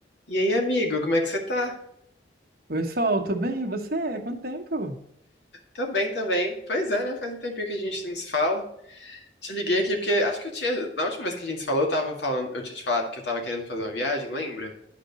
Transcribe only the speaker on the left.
E aí, amigo, como é que você tá?
Tô bem também. Pois é, né? Faz um tempinho que a gente não se fala. Te liguei aqui porque acho que eu tinha. Na última vez que a gente se falou, eu tava falando, eu tinha te falado que eu tava querendo fazer uma viagem, lembra?